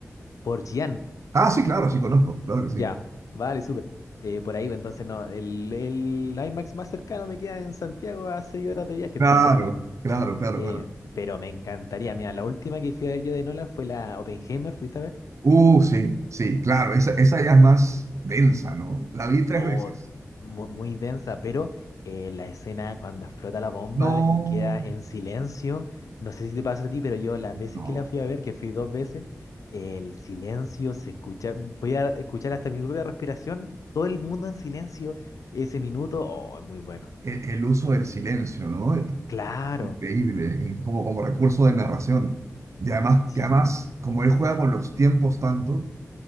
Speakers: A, on the left; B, on the right.
A: por Chillán.
B: Ah, sí, claro, sí conozco, claro que sí.
A: Ya, vale, súper. Eh, por ahí, pues, entonces no, el, el IMAX más cercano me queda en Santiago a 6 horas de viaje,
B: Claro,
A: entonces.
B: claro, claro,
A: Eh,
B: claro.
A: pero me encantaría, mira, la última que fui a ver yo de Nolan fue la Oppenheimer, ¿fuiste a ver?
B: Uh, sí, sí, claro, esa,
A: Sí,
B: esa ya es más densa, ¿no? La vi tres
A: o
B: veces.
A: mu- muy, densa, pero eh, la escena cuando explota la bomba
B: No,
A: y queda en silencio, no sé si te pasa a ti, pero yo las veces
B: no,
A: que la fui a ver, que fui dos veces, el silencio se escucha, voy a escuchar hasta mi propia respiración, todo el mundo en silencio, ese minuto, oh, es muy bueno.
B: el, el uso del silencio, ¿no?
A: Claro,
B: Increíble, y como, como recurso de narración. Y además,
A: sí,
B: que además, como él juega con los tiempos tanto,